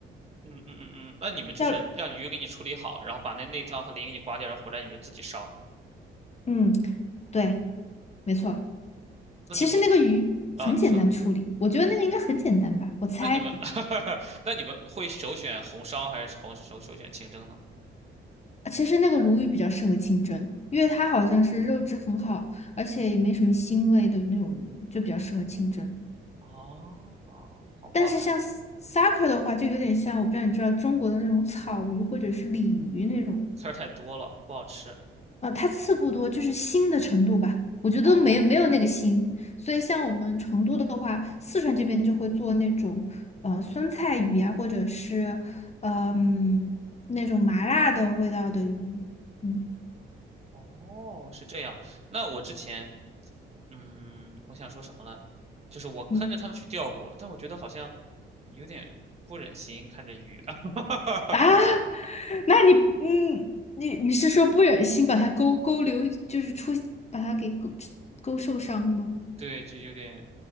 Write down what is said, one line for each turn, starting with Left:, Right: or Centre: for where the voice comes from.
Right: 嗯嗯嗯嗯，那你们就是让鱼给你处理好，
Left: 要
Right: 然后把那内脏和鳞给你刮掉，然后回来你们就自己烧。
Left: 嗯，对，没错。
Right: 那你们是
Left: 其实那个鱼很简单处理，
Right: 啊、你说。
Left: 我觉得那个应该很简单吧。我猜，
Right: 那你们，<laughs> 那你们会首选红烧还是红首首选清蒸呢？
Left: 其实那个鲈鱼比较适合清蒸，因为它好像是肉质很好，而且也没什么腥味的那种，就比较适合清蒸。
Right: 哦，好吧，
Left: 但是像 s- sake 的话，就有点像我不知道你知道中国的那种草鱼或者是鲤鱼那种，
Right: 刺儿太多了，不好吃。
Left: 呃，它刺不多，就是腥的程度吧，我觉得没有没有那个腥。
Right: 哦，
Left: 所以像我们成都的话，四川这边就会做那种呃酸菜鱼啊，或者是呃嗯那种麻辣的味道的鱼，嗯
Right: 哦，是这样。那我之前，嗯，我想说什么呢？就是我跟着他们去钓过，
Left: 嗯
Right: 但我觉得好像有点不忍心看着鱼，<laughs>
Left: 啊，那你嗯你你是说不忍心把它勾勾留，就是出把它给勾勾受伤吗？
Right: 对，就有点，